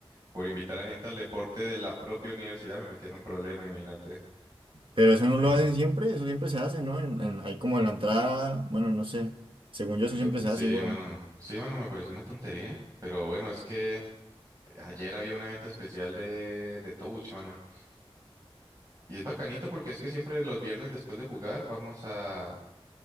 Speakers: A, on the right (about 40°); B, on the right (about 65°).
A: por invitar a gente al deporte de la propia universidad, me metieron problema, imagínate.
B: Pero eso no lo
A: <clears throat>
B: hacen siempre, eso siempre se hace, ¿no? En, en- ahí como en la entrada, bueno, no sé. Según yo,
A: Que
B: eso
A: to-
B: siempre se
A: Sí,
B: hace igual.
A: mano. Sí, mano, me pareció una tontería. Pero bueno, es que ayer había un evento especial de, de Touch, mano. Y es bacanito porque es que siempre los viernes después de jugar vamos a